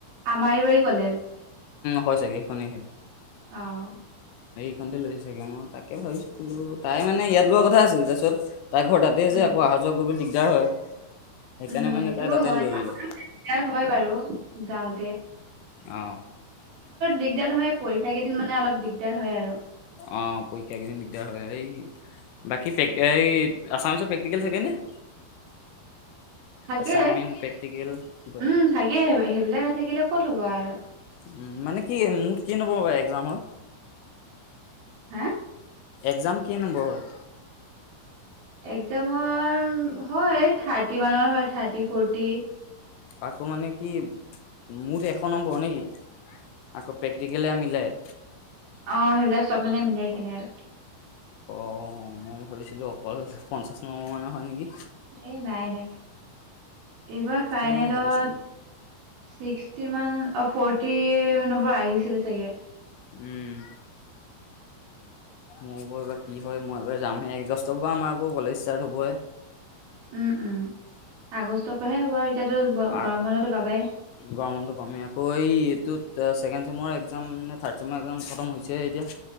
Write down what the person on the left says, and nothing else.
হয় চাগে সেইখনেই চাগে
<unintelligible> তাকে ভাবছো <unintelligible> তাই মানে ইয়াত লোৱা কথা আছিলে। তাৰপিছত তাইৰ ঘৰ তাতেই
যে আকৌ অহা যোৱা কৰিব দিগদাৰ হয়। সেইকাৰণে
মানে
তাই তাতে
লৈলো।
অ
অ', পৰীক্ষা কেদিন দিগদাৰ হয়ে এই বাকী প্ৰে-এই আছামিছৰ প্ৰেক্টিকেল থাকেনে?
এছাইনমেণ্ট প্ৰেক্টিকেল কিবা
উম, মানে কি মুঠ কি নম্বৰ একজামৰ হয়?
একজাম কেই নম্বৰ হয়?
আকৌ মানে কি মুঠ এশ নম্বৰ নেকি? আকৌ প্ৰেক্টিকেলে মিলাই?
অ মই ভাবিছিলোঁ অকল পঞ্চাছ নম্বৰ মানৰ হয়, নেকি।
সেয়ে মই ভাবিছোঁ
উম মোৰ এইবাৰ কি হয় মই এইবাৰ যামহে আগষ্টৰ পৰা আমাৰ আকৌ কলেজ ষ্টাৰ্ট হবই
আ
গৰমটো কমি আকৌ এই এইটো এতিয়া ছেকেণ্ড চেমৰ এক্জাম নে থাৰ্ড চেমৰ একজাম খতম হৈছে এতিয়া